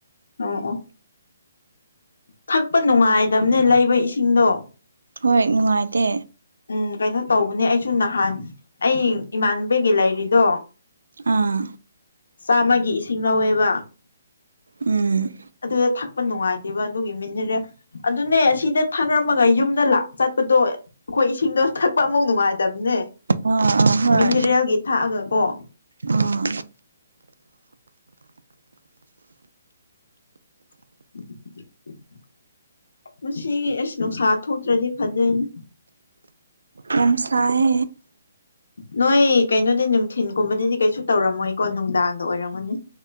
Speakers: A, on the left; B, on the right.
A: ꯑꯣ ꯑꯣ ꯊꯛꯄ ꯅꯨꯡꯉꯥꯏꯗꯝꯅꯦ ꯂꯩꯕ ꯏꯁꯤꯡꯗꯣ
B: ꯍꯣꯏ ꯅꯨꯡꯉꯥꯏꯇꯦ
A: ꯎꯝ ꯀꯩꯅꯣ ꯇꯧꯕꯅꯦ ꯑꯩꯁꯨ ꯅꯍꯥꯟ ꯑꯩ ꯏꯃꯥꯟꯕꯤꯒꯤ ꯂꯩꯔꯤꯗꯣ
B: ꯑꯥ
A: ꯆꯥꯝꯃꯒꯤ ꯏꯁꯤꯡ ꯂꯧꯋꯦꯕ
B: ꯎꯝ
A: ꯑꯗꯨ ꯊꯛꯄ ꯅꯨꯡꯉꯥꯏꯇꯦꯕ ꯑꯗꯨꯒꯤ ꯃꯤꯅꯤꯔꯦꯜ ꯑꯗꯨꯅꯦ ꯑꯁꯤꯗ ꯊꯥꯛꯔꯝꯃꯒ ꯌꯨꯝꯗ ꯂꯥꯛ ꯆꯠꯄꯗꯣ ꯑꯩꯈꯣꯏ ꯏꯁꯤꯡꯗꯣ ꯊꯛꯄ ꯑꯃꯨꯛ ꯅꯨꯡꯉꯥꯏꯇꯕꯅꯦ
B: ꯑꯥ ꯍꯣꯏ
A: ꯃꯤꯅꯤꯔꯦꯜꯒꯤ ꯊꯥꯛꯑꯒ ꯀꯣ
B: ꯑꯥ
A: <inaudible> ꯃꯁꯤ ꯑꯁ ꯅꯨꯡꯁꯥ ꯊꯣꯛꯇ꯭ꯔꯗꯤ ꯐꯗꯣꯏꯅꯤ
B: ꯌꯥꯝ ꯁꯥꯏ
A: ꯅꯣꯏ ꯀꯩꯅꯣꯗꯤ ꯅꯨꯡꯊꯤꯟꯒꯨꯝꯕꯗꯗꯤ ꯀꯩꯁꯨ ꯇꯧꯔꯝꯃꯣꯏꯀꯣ ꯅꯨꯡꯗꯥꯡꯗ ꯑꯣꯏꯔꯝꯒꯅꯤ